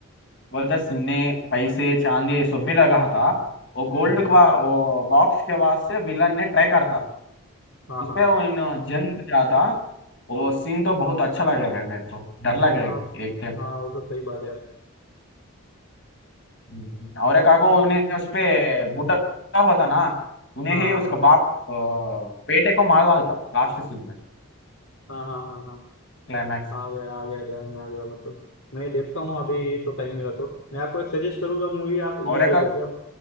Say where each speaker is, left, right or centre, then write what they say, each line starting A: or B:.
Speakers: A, on the left; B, on the left.
A: बोलते सुन्ने पैसे चांदी ये सब भी लगा था वो
B: हम्म
A: गोल्ड
B: हम्म
A: का
B: हम्म
A: वो बॉक्स के वास्ते विलन ने ट्राई करता
B: हाँ
A: उस
B: हाँ
A: पे
B: हाँ
A: वो इन जंत जाता वो सीन तो बहुत अच्छा लगा भाई मेरे को डर लगा
B: हाँ
A: एक, एक time
B: हाँ वो तो सही बात है यार
A: हम्म, और काको ने उस पे बुड्ढा होता ना उन्हें
B: हाँ
A: ही
B: हाँ
A: उसका
B: हाँ
A: बाप अ, बेटे को मार डालता लास्ट सीन में
B: हाँ हाँ हाँ हाँ
A: क्लाइमैक्स
B: आ गया आ गया ध्यान में आ गया मतलब मैं देखता हूँ अभी ये तो टाइम मिला तो मैं आपको एक सजेस्ट करूंगा मूवी आप ये
A: और
B: देखो
A: का
B: क्या